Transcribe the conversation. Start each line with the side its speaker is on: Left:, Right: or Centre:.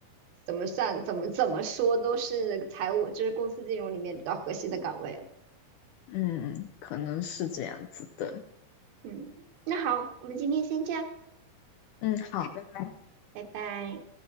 Right: 怎么算、怎么怎么说都是财务，就是公司金融里面比较核心的岗位了。
Left: 嗯，可能是这样子的。
Right: 嗯，那好，我们今天先这样，
Left: 嗯，好，拜拜。
Right: 拜拜。